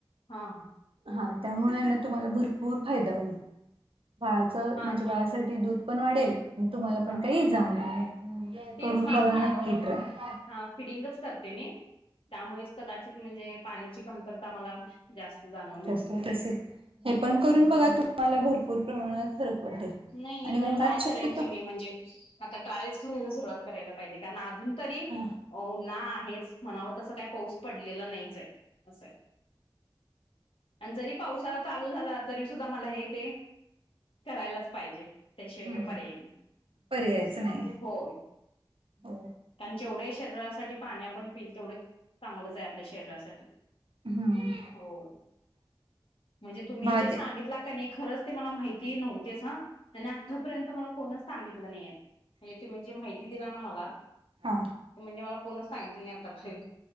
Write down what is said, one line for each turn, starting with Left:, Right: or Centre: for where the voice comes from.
Left: हा हा.
Right: हा त्यामुळेना तुम्हाला भरपूर फायदा होईल बाळाचा
Left: हा
Right: म्हणजे बाळासाठी दूध पण वाढेल तुम्हाला पण
Left: हा
Right: काही इजा होणार नाही
Left: तेच
Right: करून
Left: माझं
Right: बघा नक्की ट्राय.
Left: हा फिडिंगच करते मी त्यामुळेच कदाचित म्हणजे पाण्याची कमतरता मला जास्त जाणवल.
Right: जास्त असेल हे पण करून बघा तुम्हाला भरपूर प्रमाणात फरक वाटेल.
Left: नाही
Right: आणि
Left: एकदा
Right: उन्हात
Left: ट्राय
Right: शक्यतो
Left: केन की मी म्हणजे आता ट्रायच करायला सुरुवात करायला पाहिजे कारण अजून तरी
Right: हा
Left: उन्हाळा आहेच. म्हणाव तसं काय पाऊस पडलेला नाहीच आहे असंय. आणि जरी पावसाळा चाल चालू झाला तरी सुद्धा मला हे ते करायलाच पाहिजे. त्याशिवायकाय
Right: हम्म
Left: पर्याय नाही
Right: पर्यायच
Left: असं
Right: नाही
Left: आहे होय.
Right: हो.
Left: कारण जेवढे शरीरासाठी पाणी आपण पिल तेवढे चांगलंच आहे आपल्या शरीरासाठी.
Right: हम्म
Left: हो म्हणजे तुम्ही
Right: भाते
Left: जे सांगितला का नाही खरंच ते मला माहिती नव्हते अस त्या आतापर्यंत मला कोणच सांगितलं नाहीय. हे ते म्हणजे माहिती दिला ना मला ते
Right: हा
Left: म्हणजे मला कोणच सांगितल नाही आतापर्यंत.